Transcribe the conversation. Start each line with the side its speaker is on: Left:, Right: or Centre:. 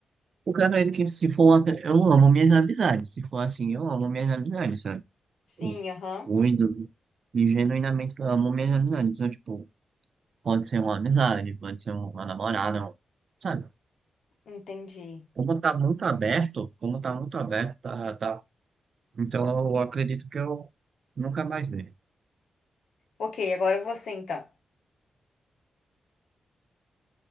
Right: O cara é que se for uma... pe- Eu amo minhas amizades. Se for assim, eu amo minhas amizades, sabe?
Left: Sim,
Right: Eu
Left: aham.
Right: cuido e genuinamente eu amo minhas amizades. Então, tipo. Pode ser uma amizade, pode ser um, uma namorada, um- sabe?
Left: Entendi.
Right: Como tá muito aberto, como tá muito aberto, tá, tá. Então eu acredito que eu nunca mais dei.
Left: Ok, agora você então.